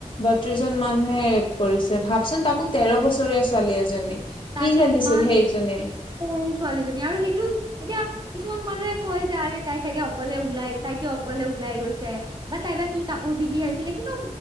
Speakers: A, on the left; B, on the right.
A: বত্ৰিশজন মানুহে ৰেপ কৰিছে, ভাবচোন তাকো তেৰ বছৰীয়া ছোৱালী এজনী।
B: তাকে
A: কি জানিছিল
B: ইমান
A: সেইজনীয়ে।
B: সৰু ছোৱালীজনী আৰু সেইটো এতিয়া কিছুমান মানুহে কয় যে আৰে তাই চাগে অকলে ওলাই তাইকে অকলে ওলাই গৈছে বা তাই বা কি কাপোৰ পিন্ধি আছিলে, কিন্তু